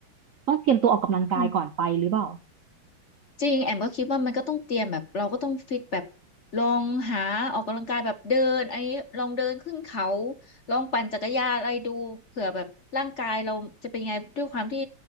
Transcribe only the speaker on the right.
ต้องเตรียมตัวออกกำลังกายก่อนไปหรือเปล่า